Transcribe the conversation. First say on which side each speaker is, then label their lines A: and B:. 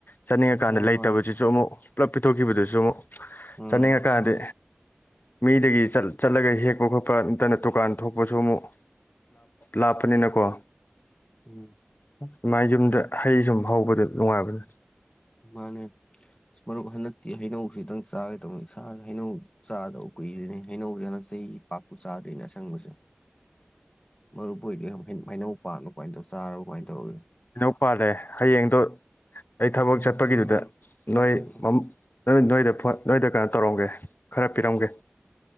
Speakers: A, on the left (about 50°); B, on the left (about 25°).
A: ꯆꯥꯅꯤꯡꯉ ꯀꯥꯟꯗ
B: ꯃꯥꯅꯤ
A: ꯂꯩꯇꯕꯁꯤꯁꯨ
B: ꯃꯥꯅꯤ
A: ꯑꯃꯨꯛ ꯄꯨꯂꯞ ꯄꯤꯊꯣꯛꯈꯤꯕꯗꯨꯁꯨ ꯑꯃꯨꯛ
B: ꯎꯝ
A: ꯆꯥꯅꯤꯡꯉ ꯀꯥꯟꯗꯤ ꯃꯤꯗꯒꯤ ꯆꯠꯂꯒ ꯍꯦꯛꯄ ꯈꯣꯠꯄ ꯅꯠꯇꯅ ꯗꯨꯀꯥꯟ ꯊꯣꯛꯄꯁꯨ ꯑꯃꯨꯛ ꯂꯥꯞꯄꯅꯤꯅꯀꯣ
B: ꯎꯝ
A: ꯑꯗꯨꯃꯥꯏ ꯌꯨꯝꯗ ꯍꯩ ꯁꯨꯝ ꯍꯧꯕꯗ ꯅꯨꯡꯉꯥꯏꯕꯅꯦ
B: ꯃꯥꯅꯦ ꯃꯔꯨꯞ ꯍꯟꯗꯛꯇꯤ ꯍꯩꯅꯧꯁꯤ ꯈꯤꯇꯪ ꯆꯥꯒꯦ ꯇꯧꯅꯤ ꯏꯁꯥꯁꯦ ꯍꯩꯅꯧ ꯆꯥꯗ ꯀꯨꯏꯔꯦꯅꯦ ꯍꯩꯅꯧꯁꯦ ꯍꯟꯇꯛꯇꯤ ꯆꯩ ꯄꯥꯛꯄꯨ ꯆꯥꯗꯦꯅꯦ ꯑꯁꯪꯕꯁꯦ ꯃꯔꯨꯨꯞ ꯍꯣꯏꯗꯨꯣ ꯍꯩꯅꯧ ꯄꯥꯟꯕꯔ ꯀꯃꯥꯏꯅ ꯇꯧ ꯆꯥꯔꯒ ꯀꯃꯥꯏꯅ ꯇꯧꯔꯒꯦ
A: ꯀꯩꯅꯣ ꯄꯥꯜꯂꯦ ꯍꯌꯦꯡꯗꯣ ꯑꯩ ꯊꯕꯛ ꯆꯠꯄꯒꯤꯗꯨꯗ ꯅꯣꯏ
B: ꯎꯝ
A: ꯅꯣꯏ ꯅꯣꯏꯗ ꯍꯣꯏ ꯅꯣꯏꯗ ꯀꯩꯅꯣ ꯇꯧꯔꯝꯒꯦ ꯈꯔ ꯄꯤꯔꯝꯒꯦ